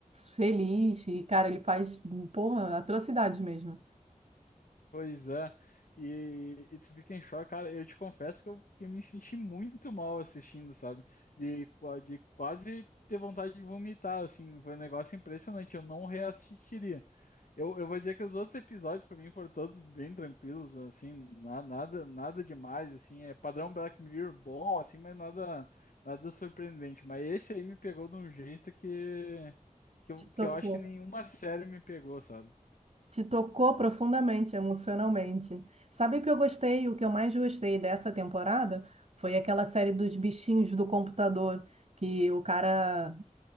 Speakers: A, on the right (about 50°); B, on the left (about 80°).
A: feliz. E, cara, ele faz, porra, atrocidades mesmo.
B: Pois é. E, e tu fica em choque, cara. Eu te confesso que eu, que eu me senti muito mal assistindo, sabe? De, qua- de quase ter vontade de vomitar, assim. Foi um negócio impressionante. Eu não reassistiria. Eu, eu vou dizer que os outros episódios, pra mim, foram todos bem tranquilos, assim. na- Nada, nada demais, assim. É padrão Black Mirror bom, assim, mas nada, nada surpreendente. Mas esse aí me pegou de um jeito que, que eu,
A: Te
B: que
A: tocou.
B: eu acho que nenhuma série me pegou, sabe?
A: Te tocou profundamente, emocionalmente. Sabe o que eu gostei? O que eu mais gostei dessa temporada foi aquela série dos bichinhos do computador, que o cara